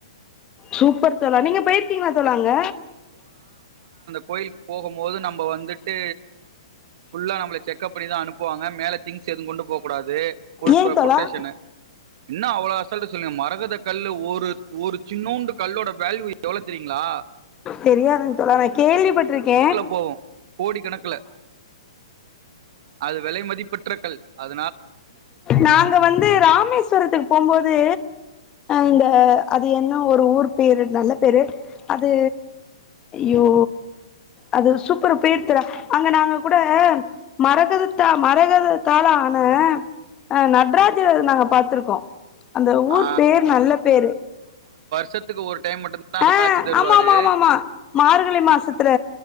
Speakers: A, on the left; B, on the right.
A: சூப்பர் தோழா நீங்க போயிருக்கீங்கலா தோழா அங்க
B: கோயிலுக்குப் போகும் போது நம்ம வந்துட்டு ஃபுல்லா நம்மப் செக்கப் பண்ணிதான் அனுப்புவாங்க மேல திங்ஸ் எதுவும் கொண்டு போக கூடாது புல்
A: ஏன் தோழா
B: பொட்டேஷன்னு என்ன அவ்வளவு அசால்ட்டு சொல்லுரிங்க மரகத கல்லு ஒரு ஒரு சின்னோண்டு கல்லோட வேல்யூ எவ்வளவு தெரியுங்களா
A: தெரியாதுங்க தோழா நான் கேள்விப்பட்டிருக்கேன்
B: போவோம் கோடி கணக்கில அது விலை மதிப்ப பற்ற கள் அது
A: நாங்க வந்து ராமேஸ்வரத்துக்கு போம்போது இந்த அது என்ன ஒரு ஊர் பேரு நல்ல பேரு அது யோ அது சூப்பர் பேர் தோழா அங்க நாங்க கூட மரகதத்தா மரகதத்தால ஆன அ <unintelligible> நாங்க பாத்துருக்கோ அந்த ஊர்
B: ஆ
A: பேரு நல்ல பேரு
B: சத்துக்கு ஒரு டைம் மட்டு தா அந்த
A: ஆ
B: காட்சி தருவாரு
A: ஆமா ஆமா ஆமா ஆமா மார்கழி மாசத்துல